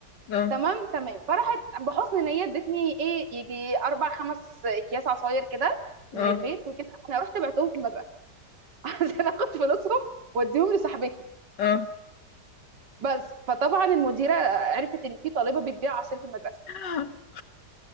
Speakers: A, on the left; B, on the right.
A: اه
B: تمام تمام فراحت بحسن نيه ادتني ايه يجي اربع خمس اكياس عصاير كده
A: اه
B: من البيت وكده انا رحت بعتهم في المدرسه <laughs> عشان اخد فلوسهم واديهم لصاحبتي
A: اه
B: بس فطبعا المديره عرفت ان في طالبه بتبيع عصير في المدرسه
A: <laughs>